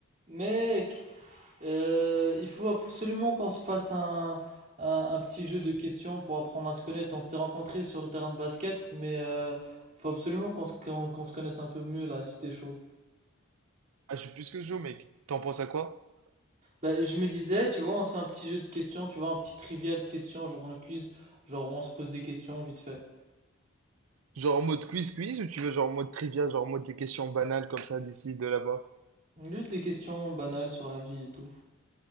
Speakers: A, on the right (about 40°); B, on the right (about 80°).
A: Mec, euh, il faut absolument qu'on se fasse un, un, un petit jeu de questions pour apprendre à se connaître. On s'était rencontrés sur le terrain de basket, mais euh, faut absolument qu'on se, qu'on, qu'on se connaisse un peu mieux là, si t'es chaud.
B: Ah, je suis plus que chaud, mec. T'en penses à quoi?
A: Bah, je me disais, tu vois, on se fait un petit jeu de questions, tu vois, un petit trivia de questions, genre un quiz, genre où on se pose des questions vite fait.
B: Genre en mode quiz quiz ou tu veux genre en mode trivia, genre en mode des questions banales comme ça d'ici, de là-bas?
A: Juste des questions banales sur la vie et tout.